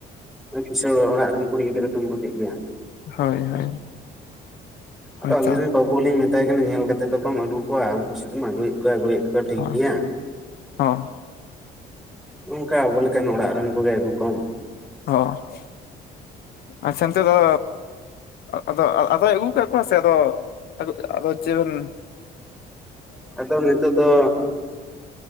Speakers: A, in the centre; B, on the left (about 70°).
A: ᱟᱹᱲᱤ ᱠᱤᱥᱟᱹᱲ ᱚᱲᱟᱜ ᱨᱮᱱ ᱠᱩᱲᱤ ᱜᱤᱫᱽᱨᱟᱹ ᱫᱚᱢ ᱜᱩᱮᱫ ᱜᱮᱭᱟ᱾
B: ᱦᱳᱭ ᱦᱳᱭ,
A: ᱟᱫᱚ
B: ᱦᱳᱭᱛᱚ
A: ᱟᱹᱞᱤᱧ ᱨᱮᱱ ᱵᱟᱹᱵᱩ ᱦᱚᱞᱤᱧ ᱢᱮᱛᱟᱭ ᱠᱟᱱᱟ, ᱧᱮᱞ ᱠᱟᱛᱮᱫ ᱫᱚ ᱵᱟᱢ ᱟᱹᱜᱩ ᱠᱚᱣᱟ ᱟᱢ ᱠᱩᱥᱤ ᱛᱮᱢ ᱟᱹᱜᱩᱭᱮᱫ᱾ ᱠᱚ ᱟᱹᱜᱩᱭᱮᱫ ᱠᱚᱣᱟ ᱴᱷᱤᱠ
B: ᱦᱚᱸ
A: ᱜᱮᱭᱟ᱾
B: ᱦᱚᱸ
A: ᱱᱝᱠᱟ ᱟᱵᱚ ᱞᱮᱠᱟᱱ ᱚᱲᱟᱜ ᱨᱮᱱ ᱠᱚᱜᱮ ᱟᱹᱜᱩ ᱠᱚᱢ᱾
B: ᱦᱚᱸ ᱟᱪᱪᱷᱟ ᱛᱮ ᱫᱚ ᱟᱫᱚ ᱟᱫᱚᱭ ᱟᱹᱜᱩ ᱟᱠᱟᱫ ᱠᱚᱣᱟ ᱥᱮ ᱟᱫᱚ ᱟᱫᱚ ᱪᱮᱫ ᱵᱮᱱ
A: ᱟᱫᱚ ᱱᱤᱛᱚᱜ ᱫᱚ